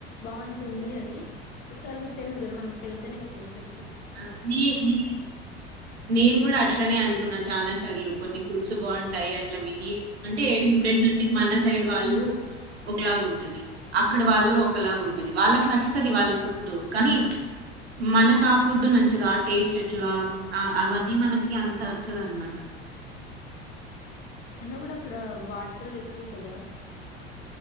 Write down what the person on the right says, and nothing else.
ఆ నీ నీ నేను కూడా అట్లనే అనుకున్నా చానా సార్లు కొన్ని ఫుడ్స్ బావుంటాయి అట్లా విని అంటే ఇప్పుడు ఏంటంటే మన సైడ్ వాళ్ళు ఒకలాగుంటది అక్కడ వాళ్ళు ఒకలాగుటది వాళ్ళకి నచ్చుతుది వాళ్ళ ఫుడ్డు కానీ మనకా ఫుడ్డు నచ్చదు ఆ టేస్ట్ ఎట్లా ఆ అవన్నీ మనకి అంత నచ్చదు అన్నమాట